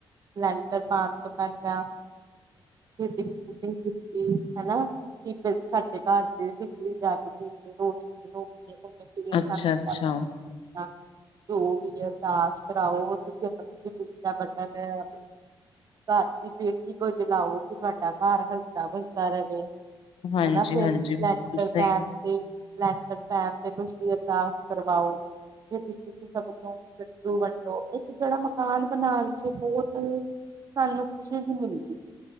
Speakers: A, on the right; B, on the left.
A: ਲੈਂਟਰ ਪਾਨ ਤੋ ਪੈਲਾਂ <unintelligible> ਹੈਨਾ, ਕਿ ਬੀਲ ਸਾਡੇ ਘਾੱਰ ਚ ਬਿਜਲੀ ਜਾੱਗ ਗੀ ਏ ਰੋਸ਼ਨੀ ਹੋਗੀ ਏ <unintelligible>
B: ਅੱਛਾ ਅੱਛਾ
A: <unintelligible> ਜੋ ਵੀ ਅਰਦਾਸ ਕਰਾਓ ਤੁਸੀ ਅਪਨੀ ਬਿਜਲੀ ਦਾ ਬਟਨ ਅਪਨੀ ਘਾੱਰ ਦੀ ਬੇਟੀ <unintelligible> ਤੋਆਡਾ ਘਾੱਰ ਹੱਸਦਾ ਵੱਸਦਾ ਰਵੇ।
B: ਹਾਂਜੀ
A: ਹੈਨਾ ਫੇਰ
B: ਹਾਂਜੀ ਬਿਲਕੁਲ
A: ਲੈਂਟਰ
B: ਸਹੀ
A: ਪੈਨ ਤੇ ਲੈਂਟਰ ਪੈਨ ਤੇ ਤੁਸੀ ਅਰਦਾਸ ਕਰਵਾਓ, ਫਿਰ ਤੁਸੀ ਸਭ ਨੂੰ ਲੱਡੂ ਵੰਡੋ, ਇੱਕ ਜੇੜਾ ਮਕਾਨ ਬਨਾਨ ਚ ਬੋਤ ਸਾਨੂੰ ਖੁਸ਼ੀ ਵੀ ਮਿਲਦੀ ਐ।